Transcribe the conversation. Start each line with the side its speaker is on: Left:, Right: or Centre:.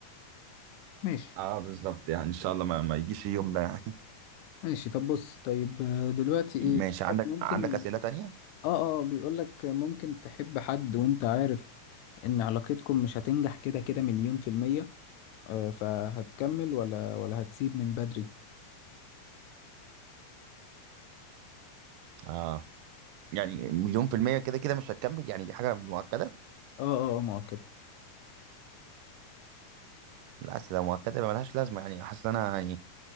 Left: ماشي
Right: اه بالظبط يعني ان شاء الله ما, ما يجيش اليوم ده يعني
Left: ماشي طب بص طيب آه، دلوقتي
Right: <laughs>
Left: ايه
Right: ماشي عندك
Left: ممكن
Right: عندك أسئلة تانية
Left: اه اه بيقول لك ممكن تحب حد وانت عارف ان علاقتكم مش هتنجح كده كده مليون في المية آه فهتكمل ولا ولا هتسيب من بدري
Right: اه يعني مليون في المية كده كده مش هتكمل يعني دي حاجة مؤكدة
Left: اه اه آه، ما هو كده
Right: الاصل لو مؤكده يبقى ملهاش لازمه يعني حاسس ان انا يعني